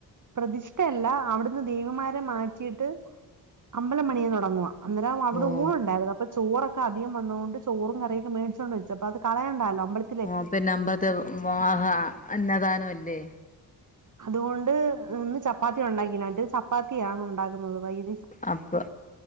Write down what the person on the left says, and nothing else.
ഓഹ്
വോപ്പിനംബ്ബത്‌ വാഹ് അന്നദാനംല്ലേ
അപ്പ